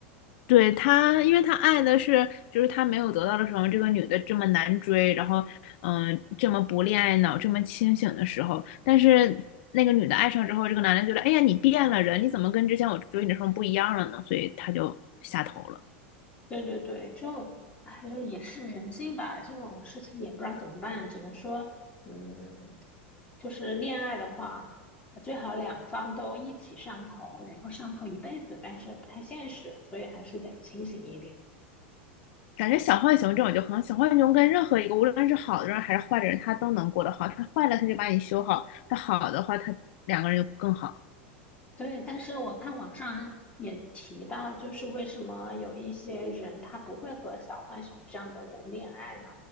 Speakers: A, on the left; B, on the left.
A: 对他，因为他爱的是，就是他没有得到的时候，这个女的这么难追，然后，嗯、这么不恋爱脑，这么清醒的时候，但是那个女的爱上之后，这个男的觉得，哎呀，你变了人，你怎么跟之前我追你的时候不一样了呢？所以他就下头了。
B: 对对对，就哎，就是也是人性吧，这种事情也不知道怎么办，只能说，嗯，就是恋爱的话，最好两方都一起上头，然后上头一辈子，但是不太现实，所以还是得清醒一点。
A: 感觉小浣熊这种就很好，小浣熊跟任何一个无论是好的人还是坏的人，他都能过得好。他坏了他就把你修好，他好的话他两个人就更好。
B: 对，但是我看网上也提到，就是为什么有一些人他不会和小浣熊这样的人恋爱呢？